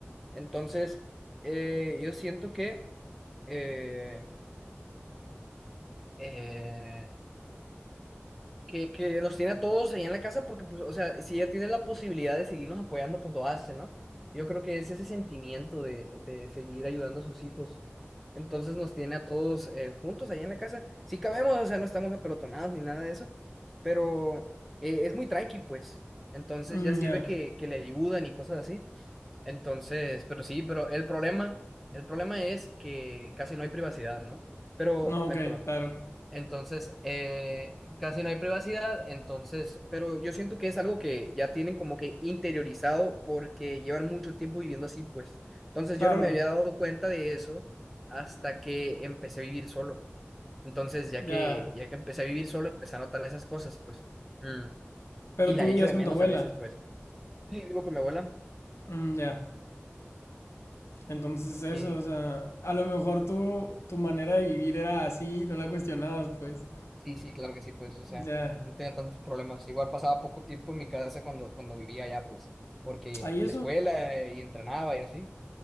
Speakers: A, in the centre; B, on the left.
A: entonces, eh, yo siento que... eh, eh, que, que los tiene a todos ahí en la casa porque, pues, o sea, si ella tiene la posibilidad de seguirnos apoyando, pues lo hace, ¿no? Yo creo que es ese sentimiento de, de seguir ayudando a sus hijos. Entonces nos tiene a todos eh, juntos ahí en la casa. Sí cabemos, o sea, no estamos apelotonados ni nada de eso, pero eh, es muy tranqui, pues. Entonces
B: Mm,
A: ya sirve
B: ya.
A: que, que le ayudan y cosas así. Entonces, pero sí, pero el problema, el problema es que casi no hay privacidad, ¿no? Pero,
B: No,
A: ay,
B: ok,
A: perdón.
B: claro.
A: Entonces, eh, casi no hay privacidad, entonces, pero yo siento que es algo que ya tienen como que interiorizado porque llevan mucho tiempo viviendo así, pues. Entonces,
B: Claro,
A: yo no me había dado cuenta de eso hasta que empecé a vivir solo. Entonces, ya
B: ya.
A: que, ya que empecé a vivir solo, empecé a notar esas cosas, pues. Mm,
B: Pero
A: Y la
B: tú vivías
A: echo de
B: con
A: menos
B: tu abuela.
A: a veces, pues. Sí, vivo con mi abuela
B: Mm, ya. Entonces eso,
A: y,
B: o sea, a lo mejor tu, tu manera de vivir era así, no la cuestionabas, pues.
A: Sí, sí, claro que sí, pues, o sea,
B: Ya.
A: no tenía tantos problemas. Igual pasaba poco tiempo en mi casa cuando, cuando vivía allá, pues, porque
B: ¿Ahí eso?
A: la escuela eh, y entrenaba y así.